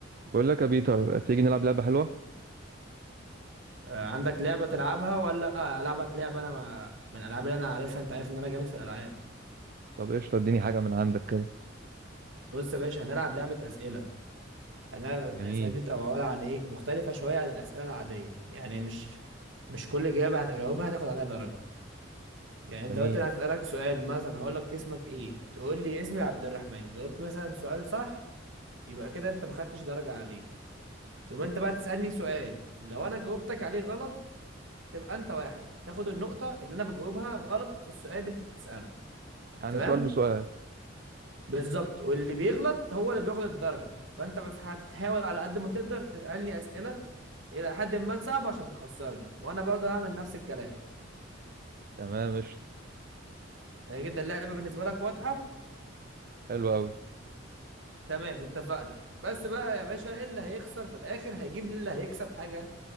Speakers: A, on the right (about 50°); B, on the right (about 70°).
A: بقول لك يا بيتر تيجي نلعب لعبة حلوة
B: آه، عندك لعبة تلعبها ولا ألعبك لعبة أنا ما من الألعاب اللي أنا عارفها أنت عارف إن أنا جامد في الألعاب
A: طب قشطة اديني حاجة من عندك كده
B: بص يا باشا هنلعب لعبة أسئلة أنا الأسئلة
A: جميل
B: دي بتبقى عبارة عن إيه مختلفة شوية عن الأسئلة العادية يعني مش مش كل إجابة هتجاوبها هتاخد عليها درجة يعني أنت
A: جميل
B: دلوقتي أنا هسألك سؤال مثلا هقول لك اسمك إيه تقول لي اسمي عبد الرحمن جاوبت مثلا سؤال صح يبقى كده أنت ما خدتش درجة عليه تقوم أنت بقى تسألني سؤال لو أنا جاوبتك عليه غلط تبقى أنت واحد تاخد النقطة اللي أنا بجاوبها غلط في السؤال اللي أنت بتسأله
A: يعني
B: تمام
A: سؤال بسؤال
B: بالظبط واللي بيغلط هو اللي بياخد الدرجة فانت بتح- بتحاول على قد ما تقدر تسألني أسئلة إلى حد ما صعبة عشان تخسرني وانا برضه هعمل نفس الكلام
A: تمام قشطة
B: آه، كده اللعبة بالنسبة لك واضحة
A: حلو أوي
B: تمام اتفقنا بس بقى يا باشا إيه اللي هيخسر في الآخر هيجيب لي اللي هيكسب حاجة